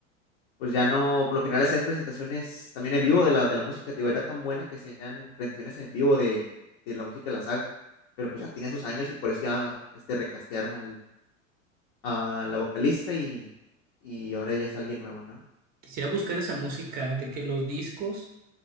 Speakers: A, on the left; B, on the right.
A: pues ya no, por lo general hacías presentaciones también en vivo de la, de la música, tío, era tan buena que hacían presentaciones en vivo de, de la música de la saga, pero pues ya tenía sus años y por eso ya este, recastearon al, a la vocalista y, y ahora ya es alguien nuevo, ¿no?
B: Quisiera buscar esa música de que los discos